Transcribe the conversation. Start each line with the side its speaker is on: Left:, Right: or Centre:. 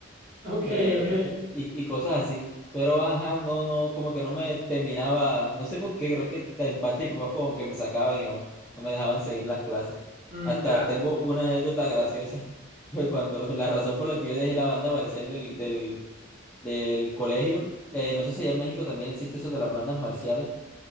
Right: ok,
Centre: eh,
Right: ok.
Centre: <laughs> y, y cosas así. Pero ajá, no, no, como que no me terminaba, no sé por qué, creo que en parte mis papás como que me sacaban y no, no me dejaban seguir las clases.
Right: Mm,
Centre: Hasta
Right: ya.
Centre: tengo una anécdota graciosa, <laughs> cuando la razón por la que yo dejé la banda marcial del, del, del colegio, eh, no sé si allá en México también existe eso de las bandas marciales,